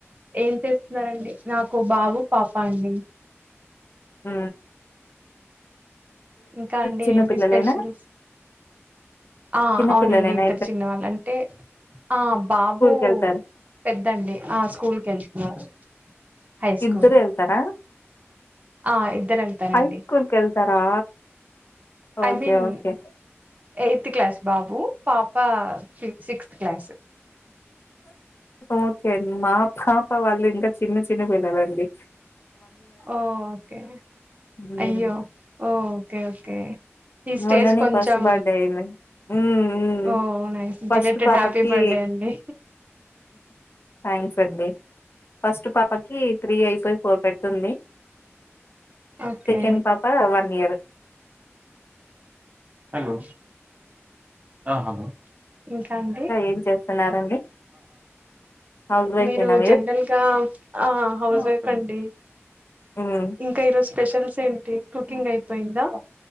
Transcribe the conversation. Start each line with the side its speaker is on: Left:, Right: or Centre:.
Right: ఏం చేస్తున్నారండి నాకు బాబు పాపా అండి
Left: ఆ
Right: ఇంకా అండి
Left: చిన్న
Right: ఏంటి
Left: పిల్లలేనా
Right: స్పెషల్స్, ఆ
Left: చిన్న
Right: అవునండి
Left: పిల్లలేనా
Right: ఇద్దరు చిన్నవాళ్ళు అంటే ఆ బాబు
Left: స్కూల్ కి వెళ్తారు
Right: పెద్దండి ఆ స్కూల్ కి వెళ్తున్నారు. హై స్కూల్
Left: ఇద్దరు వెళ్తారా
Right: ఆ ఇద్దరు వెళ్తారండి
Left: హై స్కూల్ కి వెళ్తారా ఓకే
Right: ఐ మీన్
Left: ఓకే
Right: యత్ క్లాస్ బాబు పాపా సిక్స్త్ క్లాస్
Left: ఓకే అండి మా పాప వాళ్ళు ఇంకా చిన్న చిన్న పిల్లాలండి
Right: ఓఓకే
Left: మ్మ్
Right: అయ్యో ఓ ఓకే ఓకే ఈ స్టేజ్
Left: మొన్ననే
Right: కొంచెం
Left: ఫస్ట్ బర్త్డే అయింది మ్మ్ మ్మ్
Right: ఓ నైస్
Left: ఫస్ట్
Right: బిలేటెడ్
Left: పాపకి
Right: హ్యాపీ బర్త్డే అండి
Left: థ్యాంక్స్ అండి ఫస్ట్ పాపకి త్రీ అయిపోయి ఫోర్ పెట్ తుంది
Right: ఓకే
Left: సెకెండ్ పాపా వన్ ఇయరు
Right: హలో ఆ హలో ఇంకా అండి
Left: ఏం చేస్తున్నారండి హౌస్ వైఫేనా
Right: మీరు జనరల్గా ఆ హౌస్ వైఫ్ అండి
Left: ఉమ్
Right: ఇంక ఈరోజు స్పెషల్స్ ఏంటి కుకింగ్ అయిపోయిందా?